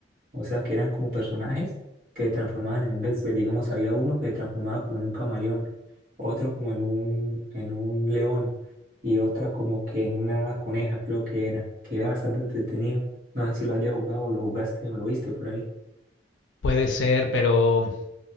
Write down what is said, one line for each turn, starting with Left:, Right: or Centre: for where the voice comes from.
Right: O sea, que eran como personajes que se transformaban en bestias. Digamos, había uno que se transformaba como en un camaleón, otro como en un, en un león y otra como que en una coneja, creo que era, que era bastante entretenido. No sé si lo hayas jugado o lo jugaste o lo viste por ahí.
Left: Puede ser, pero